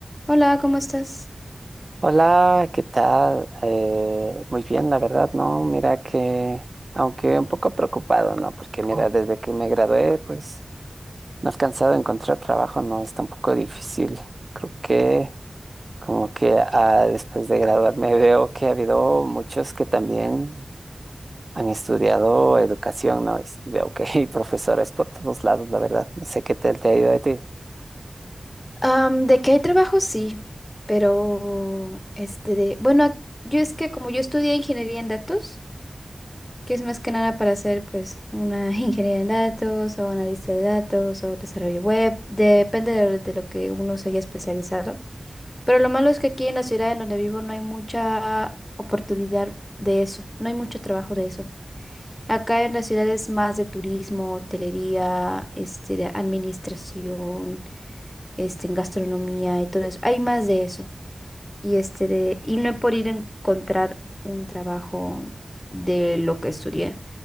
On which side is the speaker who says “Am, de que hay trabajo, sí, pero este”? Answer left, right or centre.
Left